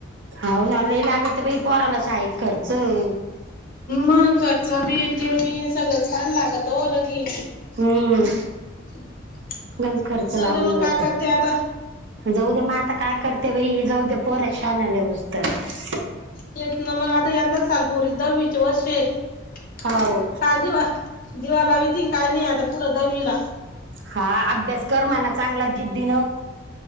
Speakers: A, on the right; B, on the left.
A: हो ना लई लागते बाई पोराला शाळेत खर्चय.
B: मग खर्च बी ते बी सगळं छान लागत हो लगेच
A: हम्म
B: <inaudible>
A: लईच खर्च
B: जाऊ
A: लागून
B: दे मग
A: जाते.
B: काय करते आता
A: जाऊ द्या मग आता काय करते बाई जाऊद्या पोऱ्या शहाण्या लागूस्तर
B: तेच ना मग आता यंदाच सालपोरी दहावीचे वर्षे हेत
A: हाव
B: कालजी वा दिवा लावीती काय नाही आता पुढं दहावीला
A: हा अभ्यास कर मला चांगला जिद्दीनं